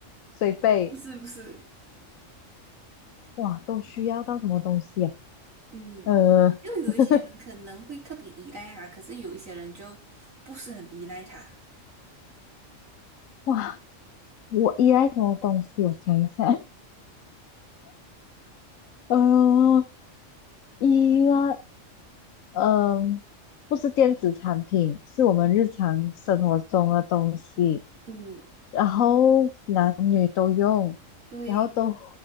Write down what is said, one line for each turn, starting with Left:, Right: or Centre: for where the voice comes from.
Left: 水杯，
Right: 不是不是，
Left: 哇，都需要到什么东西啊？
Right: 嗯，
Left: 呃，
Right: 又有一些人可能会特别依赖它，
Left: <laughs>
Right: 可是有一些人就不是很依赖它。
Left: 哇，我依赖什么东西？我想一下，<laughs> 呃，依赖，嗯、不是电子产品，是我们日常生活中的东西，
Right: 嗯
Left: 然后男女都用，
Right: 对，
Left: 然后都